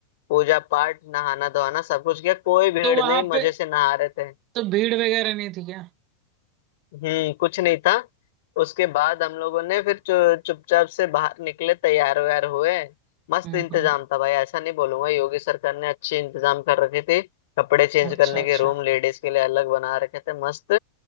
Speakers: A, on the left (about 50°); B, on the right (about 40°).
A: पूजा पाठ नहाना धोना सब कुछ किया कोई भीड़
B: तो वहां
A: नहीं मजे
B: पे
A: से नहा रहे थे
B: तो भीड़ वगैरह नहीं थी क्या
A: हम्म कुछ नहीं था उसके बाद हम लोगों ने फिर चु, चुपचाप से बाहर निकले तैयार वैयार हुए मस्त
B: हम्म
A: इंतजाम था भाई ऐसा नहीं बोलूंगा योगी सरकार ने अच्छे इंतजाम कर रखे थे कपड़े चेंज
B: अच्छा
A: करने
B: अच्छा
A: के रूम लेडीज के लिए अलग बना रखे थे मस्त